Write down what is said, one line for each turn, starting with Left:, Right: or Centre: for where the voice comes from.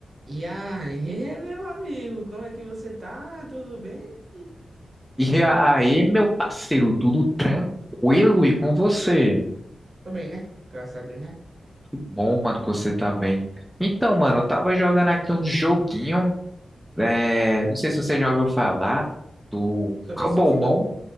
Right: E aí, <laughs> meu amigo, como é que você tá? Tudo bem?
Centre: E aí, meu parceiro, tudo tranquilo e com você?
Right: Tô bem, né? Graças a Deus, né?
Centre: Que bom, mano, que você tá bem. Então, mano,
Right: Ai,
Centre: eu tava jogando aqui um joguinho, é, não sei se você já ouviu falar do
Right: Sobre
Centre: Cobblemon.
Right: surf?